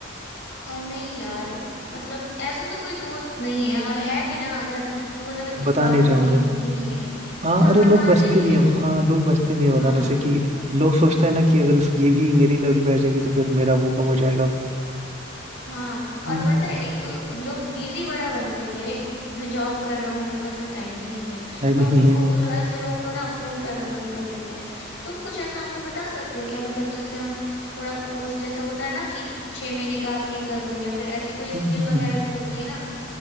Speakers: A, on the left; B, on the right.
A: और नहीं यार मतलब ऐसा तो कोई दोस्त नहीं है और है भी ना अगर तो मतलब इतनी
B: बता
A: बात
B: नहीं
A: मेरी
B: चाहूंगा
A: होती नहीं है
B: हाँ
A: हाँ
B: अरे
A: बताते
B: लोग बचते
A: नहीं
B: भी
A: है
B: है हाँ लोग बचते भी है बताने
A: हाँ
B: से कि लोग सोचते हैं ना कि अगर इस ये भी मेरे लेवल पे आ जाएगी तो फिर मेरा वो कम हो जाएगा
A: हाँ और
B: हम्म
A: पता है एक तो लोग बिजी बड़ा बनते हैं कि अरे मैं जॉब कर रहा हूँ मेरे पास तो टाइम ही नहीं है
B: टाइम
A: तो
B: ही
A: हम
B: नहीं
A: उनको
B: है
A: उन लो- ऐसे लोगों को ना फोन करना बंद कर देते हैं तुम कुछ ऐसा हमको बता सकते हो क्या मतलब जैसे हम थोड़ा कोर्स जैसे होता है ना कि छह महीने का आप ये कर लो या फिर ऐसी कोई स्किल
B: हम्म
A: वगैरह जो होती है ना